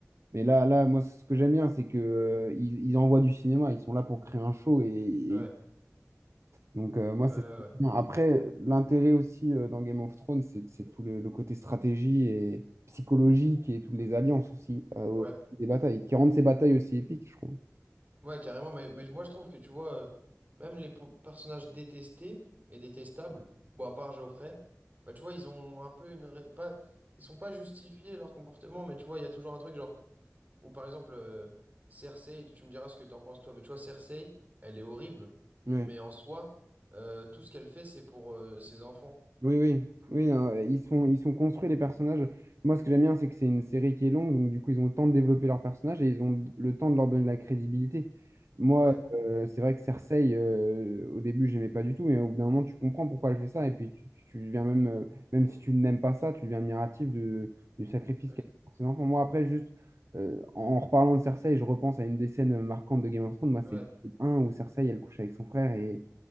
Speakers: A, on the right (about 60°); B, on the right (about 30°).
A: mais là, là, moi, ce que j'aime bien, c'est que euh, ils, ils envoient du cinéma, ils sont là pour créer un show et, et
B: Ouais,
A: Donc, euh, moi,
B: ouais,
A: c'est
B: ouais.
A: bien. Après, l'intérêt aussi euh, dans Game of Thrones, c'est c'est tout le, le côté stratégie et psychologique et toutes les alliances aussi euh, au-
B: ouais.
A: des batailles, qui rendent ces batailles aussi épiques, je trouve.
B: Ouais, carrément, mais, mais moi je trouve que tu vois, euh, même les po- personnages détestés et détestables, bon, à part Geoffrey, bah tu vois, ils ont un peu une. ré- Pas, ils sont pas justifiés leur comportement, mais tu vois, il y a toujours un truc genre. Ou par exemple, euh, Cersei, tu me diras ce que t'en penses toi, mais tu vois, Cersei, elle est horrible,
A: Ouais.
B: mais en soi, euh, tout ce qu'elle fait, c'est pour euh, ses enfants.
A: Oui, oui, oui, non, euh, ils sont, ils sont construits les personnages. Moi, ce que j'aime bien, c'est que c'est une série qui est longue, donc du coup, ils ont le temps de développer leurs personnages et ils ont le temps de leur donner de la crédibilité. Moi,
B: Ouais,
A: euh, c'est vrai que Cersei, euh, au début, j'aimais pas du tout, mais au bout d'un moment, tu comprends pourquoi elle fait ça, et puis tu, tu- deviens même, euh, même si tu n'aimes pas ça, tu deviens admiratif de, du sacrifice
B: ouais,
A: qu'elle fait pour ses enfants. Moi, après, juste euh, en reparlant de Cersei, je repense à une des scènes marquantes de Game of Thrones. Moi, c'est
B: ouais,
A: l'épisode 1 où Cersei, elle couche avec son frère et